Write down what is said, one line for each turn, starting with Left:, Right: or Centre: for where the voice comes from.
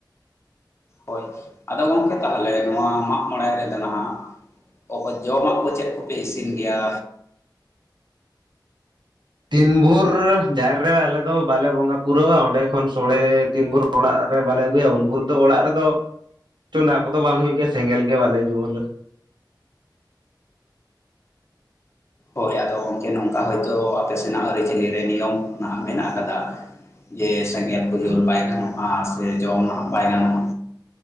Left: ᱦᱳᱭ ᱟᱫᱚ ᱜᱚᱝᱠᱮ ᱛᱟᱦᱚᱞᱮ ᱱᱚᱣᱟ ᱢᱟᱜ ᱢᱚᱬᱮ ᱨᱮᱫᱚ ᱱᱟᱜ ᱚᱠᱚᱭ, ᱡᱚᱢᱟᱜ ᱠᱚ ᱪᱮᱫ ᱠᱚᱯᱮ ᱤᱥᱤᱱ ᱜᱮᱭᱟ?
Right: ᱛᱤᱱ ᱵᱷᱳᱨ ᱡᱟᱦᱮᱨ ᱨᱮ ᱟᱞᱮ ᱫᱚ ᱵᱟᱞᱮ ᱵᱚᱸᱜᱟ ᱯᱩᱨᱟᱹᱣᱟ ᱚᱸᱰᱮ ᱠᱷᱚᱱ ᱥᱳᱲᱮ ᱛᱤᱱ ᱵᱷᱳᱨ ᱚᱲᱟᱜ ᱨᱮ ᱵᱟᱞᱮ ᱟᱹᱜᱩᱭᱟ ᱩᱱ ᱵᱷᱳᱨ ᱫᱚ ᱚᱲᱟᱜ ᱨᱮᱫᱚ ᱪᱚᱸᱫᱟ ᱠᱚᱫᱚ ᱵᱟᱝ ᱦᱩᱭᱩᱜ ᱜᱮᱭᱟ ᱥᱮᱸᱜᱮᱞ ᱜᱮ ᱵᱟᱞᱮ ᱡᱩᱞ
Left: ᱦᱳᱭ ᱟᱫᱚ ᱜᱚᱝᱠᱮ ᱱᱚᱝᱠᱟ ᱦᱳᱭᱛᱳ ᱟᱯᱮ ᱥᱮᱱᱟᱜ ᱟᱹᱨᱤᱪᱟᱹᱞᱤ ᱨᱮ ᱱᱤᱭᱚᱢ ᱱᱟᱦᱟᱜ ᱢᱮᱱᱟᱜ ᱠᱟᱫᱟ᱾ ᱡᱮ ᱥᱮᱸᱜᱮᱞ ᱠᱚ
Right: ᱦᱮᱸ
Left: ᱡᱩᱞ ᱵᱟᱭ ᱜᱟᱱᱚᱜᱼᱟ ᱥᱮ ᱡᱚᱢ ᱱᱟᱦᱟᱜ ᱵᱟᱭ ᱜᱟᱱᱚᱜᱼᱟ᱾